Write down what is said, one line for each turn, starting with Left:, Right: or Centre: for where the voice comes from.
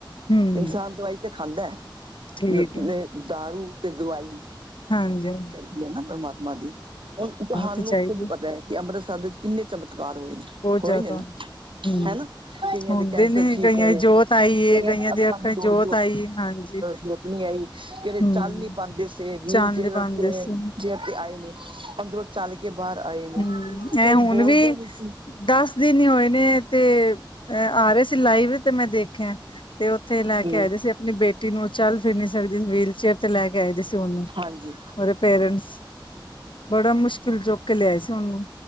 Left: ਹਮ
Right: ਇਨਸਾਨ ਦਵਾਈ ਤੇ ਖਾਂਦਾ।
Left: ਠੀਕ
Right: ਮਤਲ
Left: ਹੈ
Right: ਦਾਰੂ ਤੇ ਦਵਾਈ
Left: ਹਾਂਜੀ ਜੀ‌।
Right: ਕਿਰਪਾ ਨਾ ਪ੍ਰਮਾਤਮਾ ਦੀ, ਹੁਣ ਤੁਹਾਨੂੰ
Left: ਤੇ ਚਾਹੀਦੀ
Right: ਖੁਦ ਪਤਾ ਏ ਕਿ ਅੰਮ੍ਰਿਤਸਰ ਦੇ ਵਿੱਚ ਕਿੰਨੇ ਚਮਤਕਾਰ ਹੋਏ ਨੇ।
Left: ਬਹੁਤ
Right: ਹੋਏ
Left: ਜ਼ਿਆਦਾ।
Right: ਨੇ ਨਾ
Left: ਹਮ
Right: ਹਨਾ ਕਈਆਂ
Left: ਹੁੰਦੇ
Right: ਦੇ ਕੈਂਸਰ
Left: ਨੇ
Right: ਠੀਕ
Left: ਕਈਆਂ
Right: ਹੋਏ,
Left: ਦੀ ਜੋਤ ਆਈ ਏ
Right: ਕਈਆਂ ਦੇ ਅੱਖਾਂ ਦੀ
Left: ਚ
Right: ਰੋ
Left: ਜੋਤ
Right: ਅਹ
Left: ਆਈ ਏ ਹਾਂਜੀ।
Right: ਜੋ ਅਹ ਨੀ ਆਈ ਕਿਹੜੇ
Left: ਹੂੰ
Right: ਚੱਲ ਨੀ ਪਾਂਦੇ ਸੇ ਵੀਲ
Left: ਚਾਨਣੇ
Right: ਚੇਅਰ
Left: ਪਾਂਦੇ
Right: ਤੇ।
Left: ਸੀ
Right: ਚੇਰ ਤੇ ਆਏ ਨੇ ਅੰਦਰੋਂ ਚੱਲ ਕੇ ਬਾਹਰ ਆਏ
Left: ਹੂੰ
Right: ਨੇ ਕਈ
Left: ਐ ਹੁਣ
Right: ਬੋਲਦੇ
Left: ਵੀ
Right: ਨਹੀਂ ਸੀ।
Left: ਦਸ ਦਿਨ ਹੀ ਹੋਏ ਨੇ ਤੇ ਆ ਰਹੇ ਸੀ ਲਾਈਵ ਤੇ ਮੈਂ ਦੇਖਿਆ। ਤੇ ਉੱਥੇ ਲੈ ਕੇ
Right: ਹਮ
Left: ਆਏ ਸੀ। ਆਪਣੀ ਬੇਟੀ ਨੂੰ ਚੱਲ, ਫਿਰ ਨੀ ਸਕਦੀ ਸੀ ਵੀਲਚੇਅਰ ਤੇ ਲੈ ਕੇ ਆਏ ਦੇ ਸੀ ਉਹਨੂੰ।
Right: ਹਾਂਜੀ
Left: ਉਹਦੇ ਪੇਰੈਂਟਸ ਬੜਾ ਮੁਸ਼ਕਿਲ ਚੁੱ ਕੇ ਲਿਆ ਸੀ ਉਹਨੂੰ।